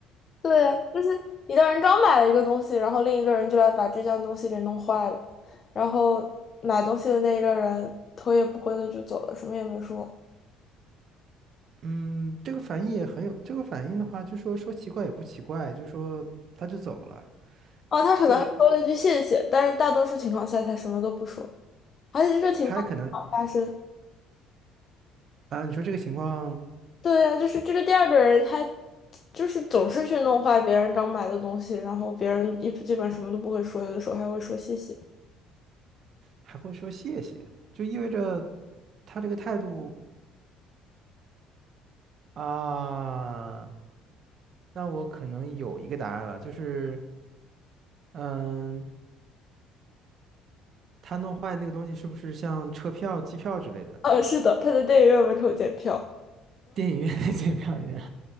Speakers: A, on the left; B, on the right.
A: 对呀，就是一个人刚买了一个东西，然后另一个人就来把这件东西给弄坏了，然后买东西的那一个人头也不回的就走了，什么也没说。
B: 嗯，这个反应也很有，这个反应的话，就说说奇怪也不奇怪，就说他就走了。
A: 哦，他可能还说了一句谢谢，
B: 对，
A: 但是大多数情况下他什么都不说，而且这个情况老发生。
B: 他还可能啊，你说这个情况
A: 对呀，就是这个第二个人他就是总是去弄坏别人刚买的东西，然后别人一基本什么都不会说，有的时候还会说谢谢。
B: 还会说谢谢，就意味着他这个态度啊，那我可能有一个答案了，就是嗯，他弄坏那个东西是不是像车票、机票之类的，
A: 呃，是的，他在电影院门口检票。
B: 电影院的 <laughs> 机票一样？